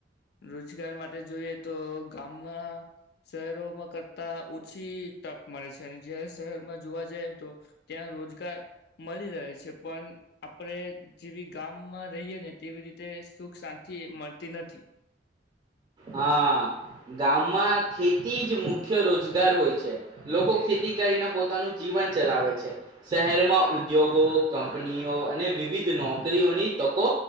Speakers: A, on the left (about 60°); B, on the right (about 30°).
A: રોજગાર માટે જોઈએ તો ગામમાં શહેરોમાં કરતા ઓછી તક મળે છે અને જ શહેરમાં જોવા જઈ તો ત્યાં રોજગાર મળી રહે છે પણ આપણે જેવી ગામમાં રહીએ ને તેવી રીતે સુખ શાંતિ મળતી નથી.
B: હા ગામમાં ખેતી જ મુખ્ય રોજગાર હોય છે લોકો ખેતી કરીને પોતાનું જીવન ચલાવે છે શહેરમાં ઉદ્યોગો કંપનીઓ અને વિવિધ નોકરીઓની તકો